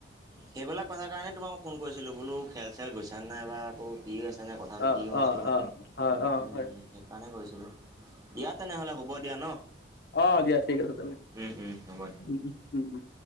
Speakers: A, on the right; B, on the left.
A: সেইবিলাক কথাৰ কাৰণে তোমাক মই ফোন কৰিছিলোঁ। বোলো খেল- চেল গৈছা নাই বা আকৌ কি হৈছে নাই কথা।
B: অ
A: কি বস্তু
B: অ
A: হয়?
B: অ হয় অ
A: উম,
B: হয়
A: সেইকাৰণেই কৈছিলোঁ। দিয়া তেনেহ'লে হ'ব দিয়া ন।
B: অ, দিয়া ঠিক আছে, তেনেহ'লে
A: উম, উম, হ'ব।
B: উম - উম - উম।